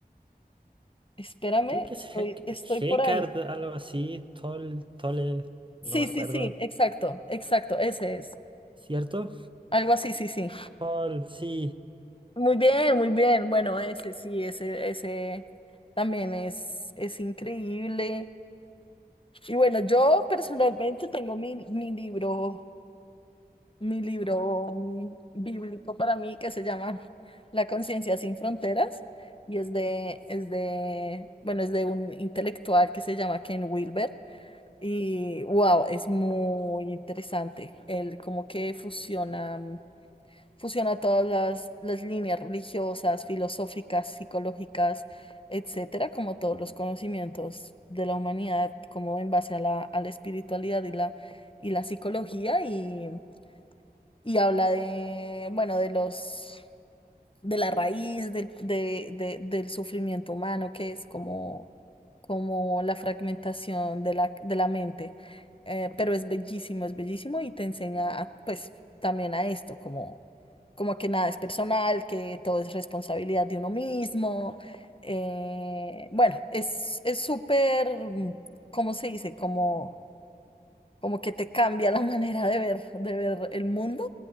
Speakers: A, on the left; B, on the right.
A: espérame,
B: creo que es
A: estoy,
B: Hec-
A: estoy
B: Hecard,
A: por ahí.
B: algo así. Tol, Tole, no
A: Sí,
B: me acuerdo.
A: sí, sí, exacto, exacto, ese es.
B: ¿Cierto?
A: Algo así, sí, sí.
B: Tol, sí.
A: Muy bien, muy bien. Bueno, ese sí, ese, ese también es, es increíble. Y bueno, yo personalmente tengo mi, mi libro mi libro mm, bíblico para mí que se llama La conciencia sin fronteras y es de, es de, bueno, es de un intelectual que se llama Ken Wilber y wow, es muy interesante. Él como que fusiona, mm, fusiona todas las, las líneas religiosas, filosóficas, psicológicas, etcétera, como todos los conocimientos de la humanidad, como en base a la, a la espiritualidad y la, y la psicología y y habla de, bueno, de los, de la raíz del, de- de- del sufrimiento humano, que es como, como la fragmentación de la, de la mente. Eh, pero es bellísimo, es bellísimo y te enseña a, pues también a esto, como, como que nada es personal, que todo es responsabilidad de uno mismo. Eh, bueno, es, es súper, ¿cómo se dice? Como como que te cambia la <laughs> manera de ver, de ver el mundo.